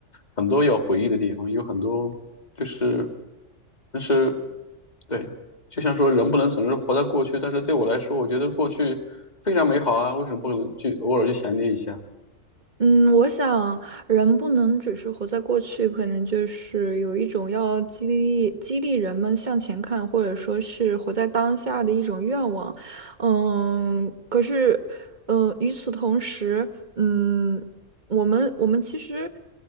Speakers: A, on the left (about 35°); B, on the right (about 35°).
A: 很多要回忆的地方，有很多就是，但是对，就像说人不能总是活在过去，但是对我来说，我觉得过去非常美好啊，为什么不能去偶尔去想念一下？
B: 嗯，我想人不能只是活在过去，可能就是有一种要激励激励人们向前看，或者说是活在当下的一种愿望。嗯，可是，呃，与此同时，嗯，我们我们其实